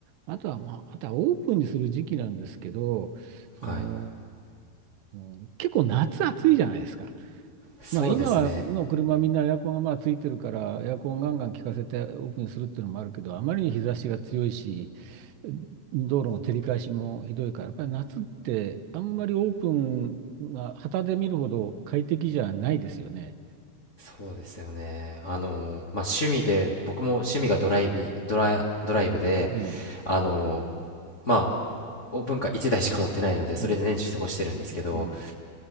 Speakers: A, on the right (about 80°); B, on the left (about 65°).
A: あとは、まあ、あとはオープンにする時期なんですけど、その、
B: はい
A: うん、結構夏暑いじゃないですか。
B: そうですね。
A: まあ今はの車はみんなエアコンがまあついてるからエアコンガンガン効かせてオープンにするっていうのもあるけどあまりに日差しが強いし道路の照り返しもひどいからやっぱり夏ってあんまりオープンが旗で見るほど快適じゃないですよね。
B: そうですよね。あのまあ、趣味で、僕も趣味がドライビ、ドラ、ドライブで、
A: うん、
B: あのまあ、オープンカー1台しか持ってないので、
A: うん、
B: それで年中過ごしてるんですけど、
A: うん、